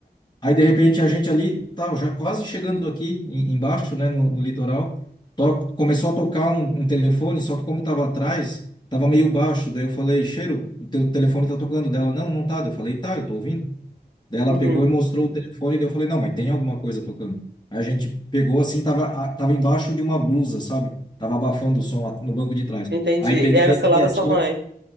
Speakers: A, on the left; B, on the right.
A: Aí, de repente, a gente ali, tal, já quase chegando aqui em- embaixo, né, no, no litoral, to- começou a tocar um, um telefone, só que como estava atrás, estava meio baixo. Daí eu falei, Cheiro, o teu telefone está tocando. Dela, não, não tá. Daí Eu falei, tá, eu tô ouvindo. Daí ela
B: Uhum.
A: pegou e mostrou o telefone, daí eu falei, não, mas tem alguma coisa tocando. Aí a gente pegou assim, tava, a- tava embaixo de uma blusa, sabe? Tava abafando o som lá no banco de trás.
B: Entendi.
A: Aí peguei,
B: E era o
A: era
B: celular
A: minha
B: da sua
A: tia,
B: mãe.